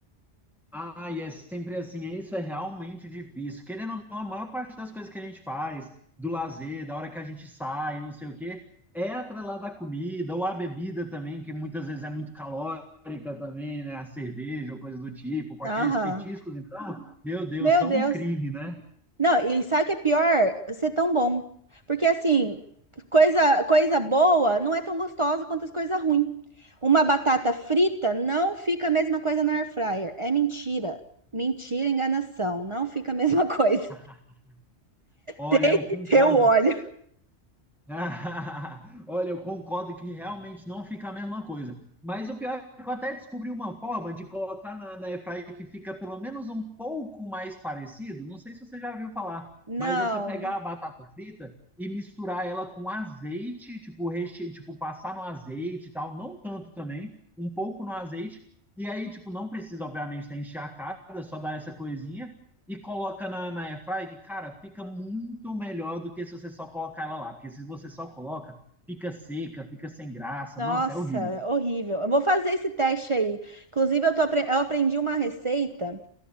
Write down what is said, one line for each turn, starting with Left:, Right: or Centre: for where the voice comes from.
Centre: Ah, e é sempre assim, é isso é realmente difícil. Querendo ou não, a maior parte das coisas que a gente faz, do lazer, da hora que a gente sai, não sei o quê, é atrelada à comida ou à bebida também, que muitas vezes é muito calórica também, né? A cerveja ou coisa do tipo, com aqueles
Right: Aham.
Centre: petiscos, então, meu Deus,
Right: Meu
Centre: são
Right: Deus.
Centre: um crime, né?
Right: Não, e sabe o que é pior? Ser tão bom. Porque assim, coisa, coisa boa não é tão gostosa quanto as coisas ruins. Uma batata frita não fica a mesma coisa na air fryer. É mentira. Mentira, enganação. Não fica a mesma <laughs> coisa.
Centre: <laughs> Olha,
Right: Tem
Centre: eu
Right: que
Centre: concordo
Right: ter o óleo.
Centre: Ah, <laughs> Olha, eu concordo que realmente não fica a mesma coisa. Mas o pior é que eu até descobri uma forma de colocar na, na airfryer que fica pelo menos um pouco mais parecido. Não sei se você já viu falar,
Right: Não.
Centre: mas você pegar a batata frita e misturar ela com azeite, tipo, reche... tipo passar no azeite e tal, não tanto também, um pouco no azeite. E aí, tipo, não precisa, obviamente, ter encharcada, só dar essa coisinha e coloca na, na airfry, que, cara, fica muito melhor do que se você só colocar ela lá. Porque se você só coloca, fica seca, fica sem graça.
Right: Nossa,
Centre: Nossa, é horrível.
Right: horrível. Eu vou fazer esse teste aí. Inclusive, eu tô apre- eu aprendi uma receita.